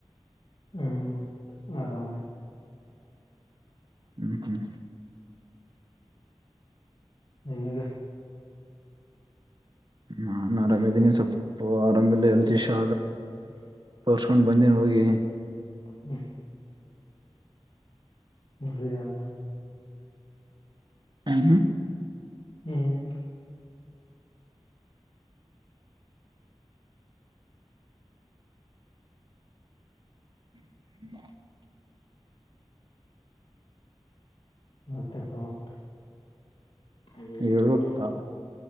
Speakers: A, on the left; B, on the right.
A: ಹ್ಮ್ ಆರಾಮ್
B: ಹ್ಮ್ ಹ್ಮ್
A: ನಿನಗೆ
B: ನಾನ್ ಆರಾಮ ಇದ್ದೀನಿ ಸ್ವಲ್ಪ ಆರಾಮಲೆ ಹೆಲ್ತ್ ಇಶ್ಯೂ
A: <unintelligible>
B: ತೊರ್ಸ್ಕೊಂಡ್ ಬಂದಿನ್ ಹೋಗಿ.
A: ಹ್ಮ್ ಮದ್ವಿಯಾದ?
B: ಊ ಹ್ಮ್
A: ಹ್ಮ್
B: <inaudible>
A: ಮತ್ತೆನ್ ಸಮಾಚಾರ ಹೇಳ್ಬೇಕ್
B: ಹೇಳ್ಬೇಕ
A: ತಾವೆ.
B: ತಾವ್